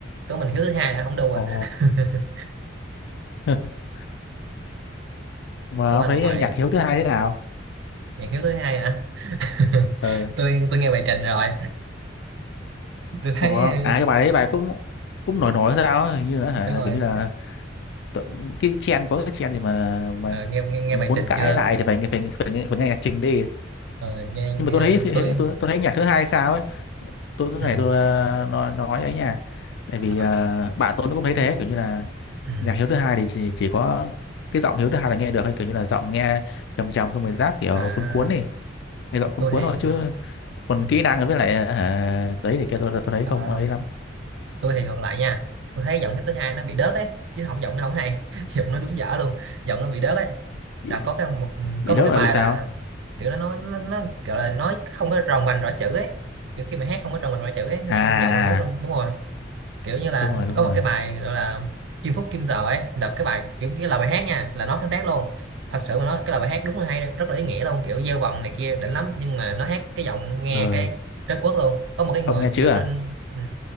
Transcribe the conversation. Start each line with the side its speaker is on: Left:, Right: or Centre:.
Right: có mình Hiếu thứ hai đã không đu à
Left: ồ.
Right: <laughs>
Left: <laughs> Mà
Right: của
Left: ông
Right: mà
Left: thấy
Right: ngoài
Left: nhạc Hiếu thứ hai thế nào?
Right: nhạc Hiếu thứ hai hả <laughs>
Left: Ờ,
Right: tôi tôi nghe bài trình rồi tôi thấy
Left: ủa,
Right: ờ,
Left: à cái bài đấy bài cũng cũng nổi nổi sao ấy, hình như là hả,
Right: đúng rồi
Left: kiểu như là tự- cái trend có cái trend gì mà mà
Right: Ờ, nghe, nghe nghe
Left: muốn
Right: bài trình
Left: cãi
Right: chưa
Left: lại thì phải phải phải, phải, nghe- phải nghe nhạc trình đi.
Right: Ờ, nghe nghe
Left: Nhưng mà tôi thấy
Right: bài-
Left: phi-
Right: tôi
Left: tôi tôi thấy nhạc thứ hai sao ấy, tôi tôi
Right: ừ.
Left: này tôi ờ, nói nói ấy nha. Tại vì
Right: Ờ,
Left: ờ, bạn tôi nó cũng thấy thế kiểu như là
Right: ừ.
Left: nhạc Hiếu thứ hai thì chỉ, chỉ có cái giọng Hiếu thứ hai là nghe được hay kiểu như là giọng nghe trầm trầm xong rồi rap kiểu
Right: à
Left: cuốn cuốn đi nghe giọng cuốn
Right: tôi
Left: cuốn
Right: thì
Left: thôi chứ còn
Right: ừ.
Left: kỹ năng với lại à, đấy thì kia tôi tôi thấy
Right: à
Left: không ấy lắm
Right: tôi thì ngược lại nha tôi thấy giọng Hiếp thứ hai nó bị đớt ấy chứ không giọng nó không hay <laughs> giọng nó đúng dở luôn giọng nó bị đớt ấy
Left: bị
Right: đã có cái một
Left: bị
Right: có
Left: đớt
Right: một cái
Left: là
Right: bài
Left: bị sao
Right: là kiểu nó nó nó, nó gọi là nói không có tròn vành rõ chữ ấy kiểu khi mà hát không có tròn vành rõ chữ ấy nghe
Left: à
Right: giọng là biết
Left: à,
Right: luôn đúng rồi kiểu như là
Left: đúng rồi đúng
Right: có
Left: rồi
Right: một cái bài gọi là Kim Phúc Kim Giờ ấy đợt cái bài kiểu cái lời bài hát nha là nó sáng tác luôn thật sự mà nói cái lời bài hát đúng là hay rất là ý nghĩa luôn kiểu gieo vần này kia đỉnh lắm nhưng mà nó hát cái giọng nghe
Left: ờ
Right: cái đất quốc luôn có một cái người
Left: không nghe chữ
Right: kiểu
Left: à
Right: trên ừ